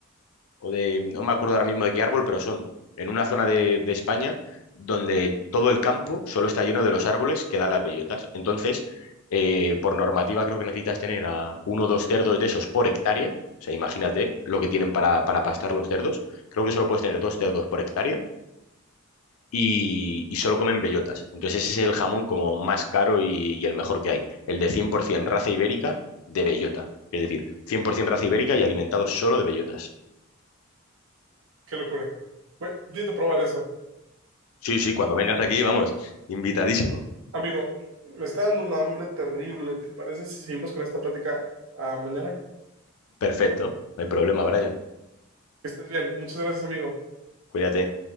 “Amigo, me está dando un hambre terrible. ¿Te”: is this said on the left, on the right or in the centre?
Right